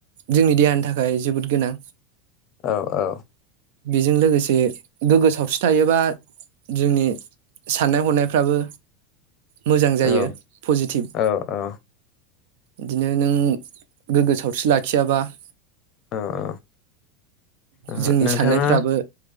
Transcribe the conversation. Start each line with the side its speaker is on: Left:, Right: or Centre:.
Right: जोंनि देहानि थाखाय जोबोद गोनां।
Left: औ औ
Right: बेजों लोगो से गोग्गो सावस्रि थायोबा जोंनि साननाय हनायफ्राबो मोजां जायो
Left: औ
Right: पजिटिभ।
Left: औ औ
Right: बिदिनो नों गोग्गो सावस्रि लाखियाबा <inaudible>
Left: औ औ ओ
Right: जोंनि
Left: नोंथाङा
Right: साननायफ्राबो